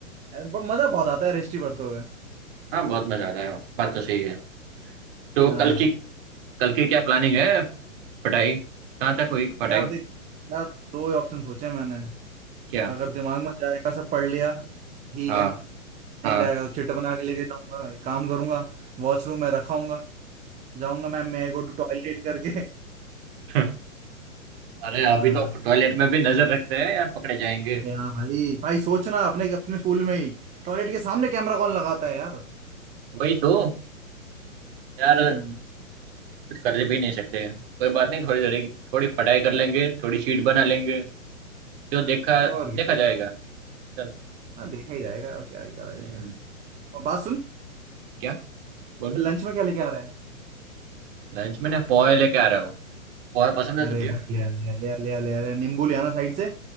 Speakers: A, on the right; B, on the right.
A: अ, ब- मजा बहुत आता है हिस्ट्री पढ़ते हुए
B: हाँ, बहुत मजा आता है बात तो सही है तो
A: हाँ
B: कल की कल की क्या प्लानिंग है पढ़ाई कहाँ तक हुई पढ़ाई
A: यार देख यार दो ही ऑप्शन सोचे मैंने
B: क्या
A: अगर दिमाग में जाएगा सब पढ़ लिया ठीक
B: हाँ
A: है नहीं
B: हाँ
A: जाएगा तो चिट बना के लेके जाऊंगा एक काम करूंगा वॉशरूम में रखाऊंगा जाऊंगा मैम मैं गो टू टॉयलेट करके
B: <laughs> अरे अभी
A: हाँ
B: तो टॉयलेट में भी नजर रखते हैं यार पकड़े जाएंगे
A: अरे हाँ भाई भाई सोचना अपने अपने स्कूल में ही टॉयलेट के सामने कैमरा कौन लगाता है यार
B: वही तो यार
A: हम्म
B: कुछ कर भी नहीं सकते कोई बात नहीं थोड़ी थोड़ी थोड़ी पढ़ाई कर लेंगे थोड़ी शीट बना लेंगे जो देखा
A: और
B: देखा
A: क्या
B: जाएगा चल
A: हाँ देखा ही जाएगा और क्या ही करा
B: हम्म
A: जाएगा और बात सुन
B: क्या बोल
A: लंच में क्या लेके आ रहे हैं
B: लंच में ना पोहे लेके आ रहे हो पोहे पसंद है
A: अरे
B: तुझे
A: भाई ले आ ले आ ले आ ले आ ले आ ले आ, नींबू ले आना साइड से